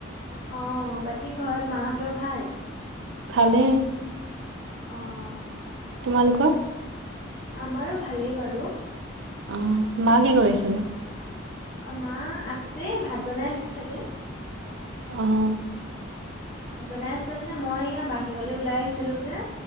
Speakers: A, on the left; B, on the right.
A: অঁ- বাকী ঘৰত মাহঁতৰ ভাল?
B: ভালেই।
A: অ্ঁ।
B: তোমালোকৰ?
A: আমাৰো ভালেই বাৰু।
B: অঁ, মা কি কৰিছেনো?
A: অঁ মা আছে ভাত বনাই আছে চাগে।
B: অঁ
A: ভাত বনাই আছে মানে মই এয়া বাহিৰলে ওলাই আহিছিলো যে,